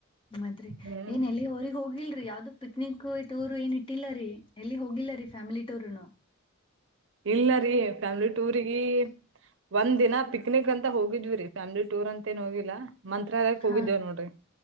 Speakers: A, on the left (about 25°); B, on the right (about 60°).
A: ಮತ್ರಿ
B: ಹ್ಮ್
A: ಏನ್ ಎಲ್ಲಿ ಊರಿಗ್ ಹೋಗಿಲ್ರಿ ಯಾವ್ದು ಪಿಕ್ನಿಕ್ ಟೂರ್ ಏನ್ ಇಟ್ಟಿಲ್ಲ ರೀ ಎಲ್ಲಿ ಹೋಗಿಲ್ಲ ರೀ ಫ್ಯಾಮಿಲಿ ಟೂರ್ನು
B: ಇಲ್ಲ ರರಿ ಫ್ಯಾಮಿಲಿ ಟೂರ್ಗ ಒಂದ್ ದಿನ ಪಿಕ್ನಿಕ್ ಅಂತ ಹೋಗಿದ್ವಿ ರೀ ಫ್ಯಾಮಿಲಿ ಟೂರ್ ಅಂತ ಏನ್ ಹೋಗಿಲ್ಲಾ ಮಂತ್ರಾಲಯಕ್
A: ಹಾ
B: ಹೋಗಿದ್ದೇವ್ ನೋಡ್ರಿ